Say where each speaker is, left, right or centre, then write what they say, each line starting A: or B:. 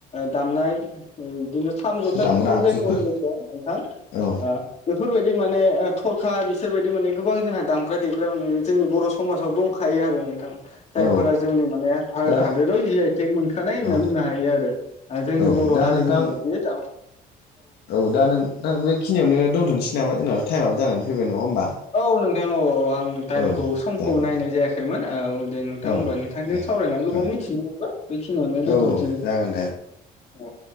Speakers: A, on the left; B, on the left.
A: दामनाय बिदिनो खाम जथा
B: दामग्रा
A: सिफुं
B: आगजुफोर
A: जायखौ होनदों ज नोंथां
B: औ
A: बेफोरबायदि माने थरखा बिसोरबायदि माने गोबां जोंहा दामग्रा देग्रा माने जोंनि बर' समाजाव दंखायो आरो नोंथां। जायफोरा
B: औ
A: जोंनि माने भारत
B: दा
A: हादराव जि आइ टेक मोनखानाय होनना
B: औ
A: बुंनो हायो आरो जोंनि
B: औ
A: बर'
B: दा
A: हारिनिनो
B: नोंथां औ दा नों बेखिनियावनो दोनथ'नोसै नामा जोंनाथ' टाइमाब जानानै फैबाय नङा होमबा
A: औ नोंथां औ औ आं टाइमखौ
B: औ
A: समखौ
B: जागोन
A: नायनाय
B: दे
A: जायाखैमोन। दे नोंथां
B: औ
A: होनबा नोंथांजों
B: दे
A: सावरायनानै गोबाव
B: औ
A: मिथिनो मोनबाय बेखिनियावनो
B: औ
A: दोनथ'नोसै
B: औ
A: दे नोंथां।
B: जागोन
A: औ।